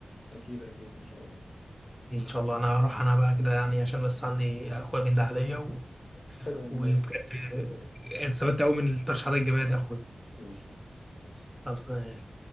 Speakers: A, on the left; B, in the centre.
A: أكيد أكيد إن شاء الله
B: دي ان شاء الله انا هروح انا بقى كده يعني عشان بس عندي اخويا بين ده عليا و-
A: تمام
B: وبجد
A: ماشي
B: آه، استفدت قوي من الترشيحات الجميله دي يا اخويا
A: ماشي يا حبيبي ماشي
B: اصلا يعني